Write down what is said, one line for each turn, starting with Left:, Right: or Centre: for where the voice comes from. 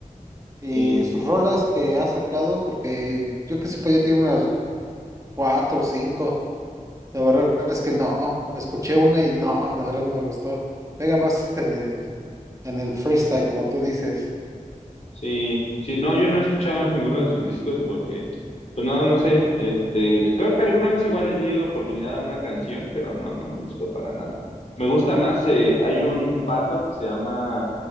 Right: Y
Left: Sí.
Right: sus rolas que ha sacado, porque yo que sepa ya tiene unas cuatro o cinco. La verdad es que no. Escuché una y no, la verdad no me gustó. Pega más en el, en el freestyle, como tú dices.
Left: Sí, sí, no, yo no he escuchado <laughs> ninguno de sus discos porque, pues no, no sé, este, creo que alguna vez igual le di oportunidad a una canción, pero no, no me gustó para nada. Me gusta más, eh, hay un vato que se llama,